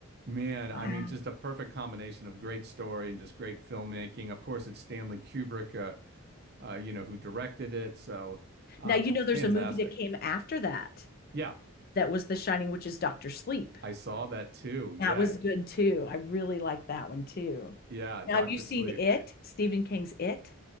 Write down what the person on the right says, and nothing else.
man
I mean just a perfect combination of great story and just great filmmaking of course it's Stanley Kubrick uh, uh you know who directed it so um
it's
fantastic
yeah
I saw that too
yeah
yeah Dr.
Sleep